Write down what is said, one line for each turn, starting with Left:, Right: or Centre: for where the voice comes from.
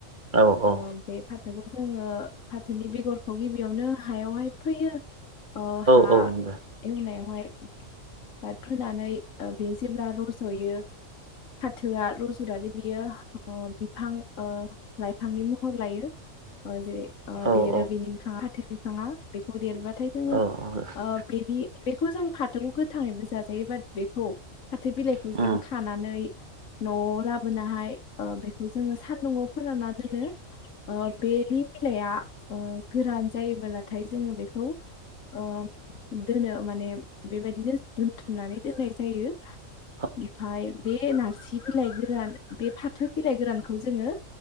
Right: औ
Left: ओ
Right: औ
Left: बे फाथोखौ जोङो फाथोनि बेगरखौ गिबियावनो हायावहाय फैयो अ हा
Right: औ नंगौ उम औ उम उम
Left: एवनायाव हाय फोनानै ओ बे जेब्ला रजयो फाथोआ रजनानै बियो अ बि हां ओ लाइफांनि महर लायो अ जेरै अ
Right: औ
Left: देरो
Right: औ
Left: बिनि बिफांआ <unintelligible> फांङा बेखौ देरबा थाय जोंङो
Right: औ औ उम
Left: ओ बेनि बेखौ जोंङो फाथ थोखौ गोथाङैबो जाजायो बाट बेखौ फाथो बिलाइखौ
Right: उम
Left: जों खानानै नआव लाबोनो हाय ओ बेखौ जोङो सान्दुंआव फोराननानै नैनो अ बेनि बिलाइया ओ गोरान जायोबोलाथाय जोङो बेखौ अ दोनो माने बेबायदिनो दोनथुमनानै दोननाय जायो
Right: उम
Left: ओमफाय बे नारसि नि बिलाइ गोरान बे फाथो बिलाइ गोरानखौ जोङो